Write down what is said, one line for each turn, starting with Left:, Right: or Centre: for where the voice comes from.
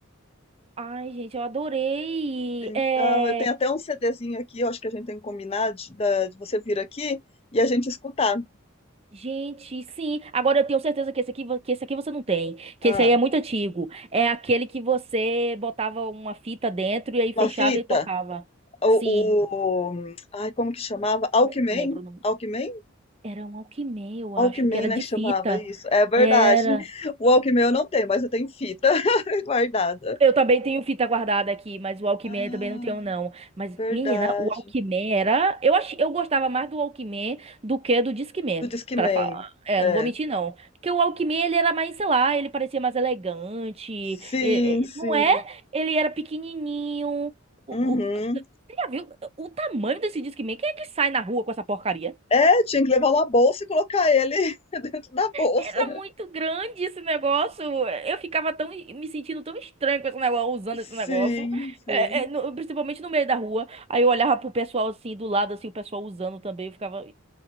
Right: Ai, gente, eu adorei.
Left: Então,
Right: É,
Left: eu tenho até um CDzinho aqui, eu acho que a gente tem que combinar de, da- de você vir aqui e a gente escutar.
Right: Gente, sim. Agora eu tenho certeza que esse aqui, vo- que esse aqui você não tem, que
Left: Ah,
Right: esse aí é muito antigo. É aquele que você botava uma fita dentro e aí fechava
Left: uma fita.
Right: e tocava.
Left: O,
Right: Sim,
Left: o- ai, como que chamava? Alckmin?
Right: não lembro o nome.
Left: Alckmin?
Right: Era um Walkman, eu
Left: Alckmin,
Right: acho que era
Left: né,
Right: de
Left: chamava
Right: fita.
Left: isso. É verdade.
Right: Era.
Left: O Alckmin eu não tenho, mas eu tenho fita <laughs> guardada.
Right: Eu também tenho fita guardada aqui, mas o Walkman
Left: Ah,
Right: eu também não tenho, não. Mas,
Left: verdade.
Right: menina, o Walkman era. Eu, ach... eu gostava mais do Walkman do que do Discman,
Left: Do Discman.
Right: pra falar. É,
Left: É.
Right: não vou mentir, não. Porque o Walkman, ele era mais, sei lá, ele parecia mais elegante. e-
Left: Sim,
Right: e-
Left: sim.
Right: Não é? Ele era pequenininho. O,
Left: Uhum.
Right: o- Você já viu o tamanho desse Discman? Quem é que sai na rua com essa porcaria?
Left: É, tinha que levar uma bolsa e colocar ele <laughs> dentro da bolsa.
Right: Era muito grande esse negócio. Eu ficava tão me sentindo tão estranho com esse negócio, usando esse
Left: Sim,
Right: negócio,
Left: sim.
Right: É, é, no- principalmente no meio da rua. Aí eu olhava pro pessoal assim do lado, assim o pessoal usando também, eu ficava